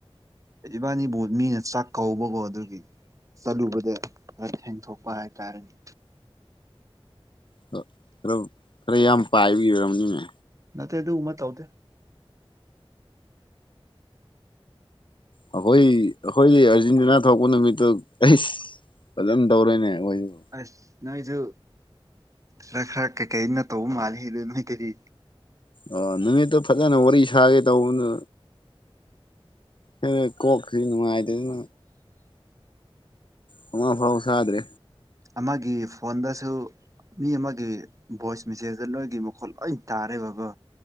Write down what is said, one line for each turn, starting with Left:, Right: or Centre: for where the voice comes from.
Right: ꯏꯕꯥꯅꯤꯕꯨ ꯃꯤꯅ ꯆꯥꯛ ꯀꯧꯕꯀꯣ ꯑꯗꯨꯒꯤ ꯆꯠꯂꯨꯕꯅꯦ ꯈꯔ ꯊꯦꯡꯊꯣꯛꯄ ꯍꯥꯏꯇꯥꯔꯦꯅꯦ
Left: ꯑꯗꯣ ꯈꯔ ꯈꯔ ꯌꯥꯝ ꯄꯥꯏꯕꯒꯤ ꯑꯣꯏꯔꯝꯅꯤꯅꯦ
Right: ꯅꯠꯇꯦ ꯑꯗꯨꯒꯨꯝꯕ ꯇꯧꯗꯦ
Left: ꯑꯩꯈꯣꯏ ꯑꯩꯈꯣꯏꯗꯤ ꯑꯥꯔꯖꯦꯟꯇꯤꯅꯥ ꯊꯣꯛꯄ ꯅꯨꯃꯤꯠꯇꯨ ꯑꯩꯁ ꯐꯖꯅ ꯇꯧꯔꯦꯅꯦ ꯑꯩꯈꯣꯏꯗꯨ
Right: ꯑꯁ ꯅꯣꯏꯁꯨ ꯈꯔ ꯈꯔ ꯀꯩꯀꯩꯅꯣ ꯇꯧꯕ ꯃꯥꯜꯂꯤ ꯑꯗꯨ ꯅꯣꯏ ꯀꯔꯤ
Left: ꯑꯥ ꯅꯨꯃꯤꯠꯇꯨ ꯐꯖꯅ ꯋꯥꯔꯤ ꯁꯥꯒꯦ ꯇꯧꯕꯗꯨꯅ ꯑꯩꯗꯣ ꯀꯣꯛꯈꯔꯤ ꯅꯨꯡꯉꯥꯏꯇꯗꯅ ꯕꯨꯡꯉꯣ ꯑꯐꯥꯎꯁꯥꯗ꯭ꯔꯦ
Right: ꯑꯃꯒꯤ ꯐꯣꯟꯗꯁꯨ ꯃꯤ ꯑꯃꯒꯤ ꯚꯣꯏꯁ ꯃꯦꯁꯦꯖꯇ ꯅꯣꯏꯒꯤ ꯃꯈꯣꯠ ꯂꯣꯏ ꯇꯥꯔꯦ ꯕꯀꯣ